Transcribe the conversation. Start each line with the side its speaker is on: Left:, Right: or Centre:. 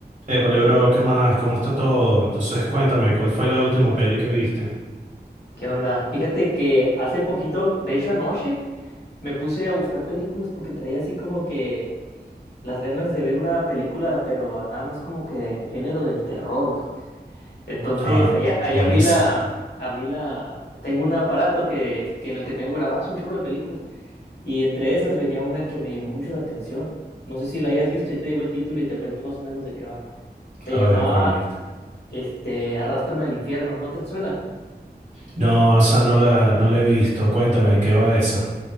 Right: Eh, bro, ¿qué más? ¿Cómo está todo? Entonces, cuéntame, ¿cuál fue la última peli que viste?
Left: ¿Qué onda? Fíjate que hace poquito, de hecho anoche, me puse a buscar películas porque traía así como que las ganas de ver una película, pero nada más como que en género del terror. Entonces,
Right: Ah, bueno,
Left: allá, allá abrí
Right: buenísimo.
Left: la, abrí la, tengo un aparato que, que en el que tengo grabadas un chorro de películas. Y entre esas venía una que me llamó mucho la atención. No sé si la hayas visto, ahí te digo el título y te cuento más o menos de qué va. Se
Right: A
Left: llamaba,
Right: ver, ¿cuál viste?
Left: este, Arrástrame al infierno, ¿no te suena?
Right: No, o sea, no la, no la he visto. Cuéntame, ¿de qué va esa?